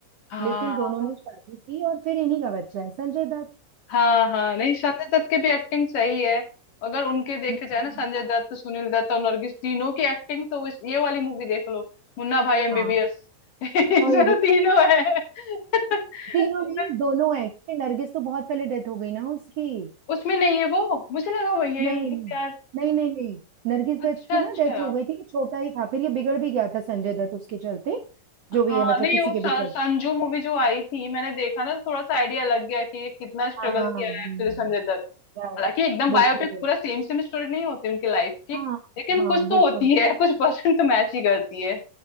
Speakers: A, on the left; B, on the right.
A: हाँ
B: लेकिन दोनों ने शादी की और फिर इन्हीं का बच्चा है संजय दत्त
A: हाँ हाँ नहीं संजय दत्त की भी एक्टिंग सही है अगर उनके देखे
B: हम्म।
A: जाए ना संजय दत्त सुनील दत्त और नरगिस तीनों की एक्टिंग तो इस, ये वाली मूवी देख लो मुन्ना भाई एमबीबीएस
B: हाँ
A: <laughs>
B: और
A: तीनों है <laughs>
B: तीनों नहीं दोनों हैं क्योंकि नरगिस तो बहुत पहले डेथ हो गई ना उसकी
A: उसमें नहीं है वो मुझे लगा वही है
B: नहीं
A: नरगिस
B: नहीं
A: यार
B: नहीं नहीं नरगिस
A: अच्छा
B: दत्त की ना
A: अच्छा
B: डेथ हो गई थी छोटा ही था फिर ये बिगड़ भी गया था संजय दत्त उसके चलते जो
A: हाँ
B: भी है मतलब
A: नहीं
B: किसी
A: वो
B: के
A: स-
B: भी चलते
A: संजू मूवी जो आई थी मैंने देखा ना तो थोड़ा सा आइडिया लग गया कि ये कितना स्ट्रगल
B: हाँ
A: किया
B: हम्म,
A: है एक्चुअली संजय दत्त
B: right,
A: हालांकि एकदम
B: बिल्कुल
A: बायोपिक
B: बिल्कुल।
A: पूरा सेम सेम स्टोरी नहीं होती उनकी लाइफ की
B: हाँ
A: लेकिन
B: हाँ
A: कुछ तो
B: बिल्कुल
A: होती है कुछ परसेंट तो मैच ही करती है